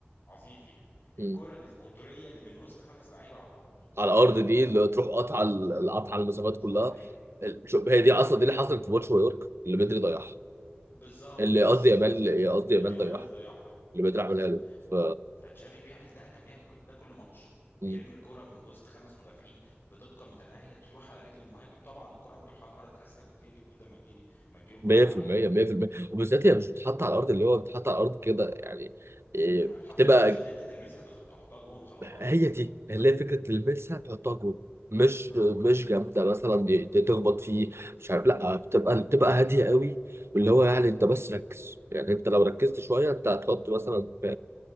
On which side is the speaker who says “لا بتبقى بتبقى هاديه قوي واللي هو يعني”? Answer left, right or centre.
Right